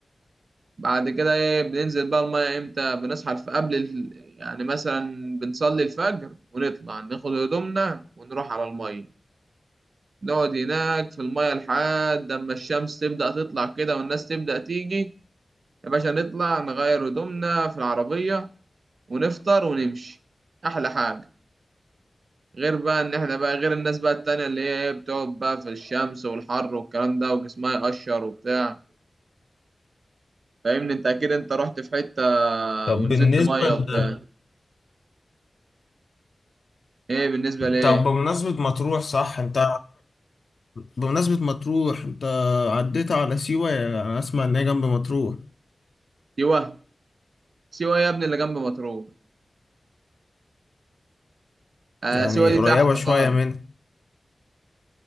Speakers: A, on the right; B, on the left.
A: بعد كده ايه بننزل بقى المية امتى بنصحى الف- قبل ال... يعني مثلا بنصلي الفجر ونطلع ناخد هدومنا ونروح على المية نقعد هناك في المية لحد اما الشمس تبدأ تطلع كده والناس تبدأ تيجي يا باشا نطلع نغير هدومنا في العربية ونفطر ونمشي أحلى حاجة غير بقى إن إحنا بقى غير الناس بقى التانية اللي هي إيه بتقعد بقى في الشمس والحر والكلام ده وجسمها يقشر وبتاع فاهمني أنت أكيد أنت رحت في حتة
B: طب
A: ونزلت
B: بالنسبة
A: مية وبتاع
B: ل...
A: إيه بالنسبة لإيه؟
B: طب بمناسبة مطروح صح انت بمناسبة مطروح انت عديت على سيوة يعني انا اسمع ان هي جنب مطروح
A: سيوة سيوة يا ابني اللي جنب مطروح آه
B: يعني
A: سيوة دي
B: قريبة
A: تحت
B: شوية
A: خالص
B: منها